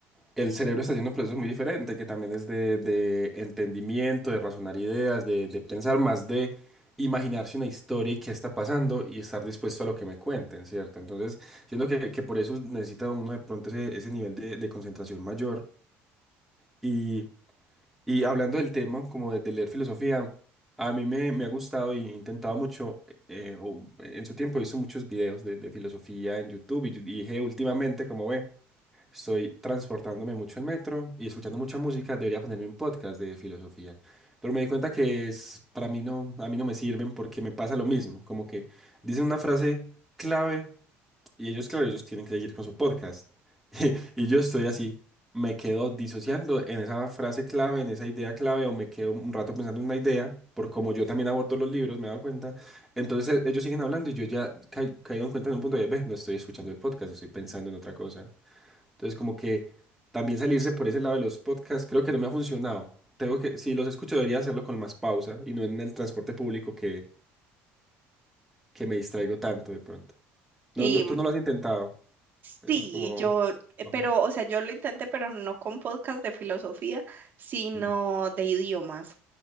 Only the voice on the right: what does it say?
Sí,
sí,
yo, eh,
pero, o sea, yo lo intenté, pero no con podcast de filosofía, sino
de idiomas.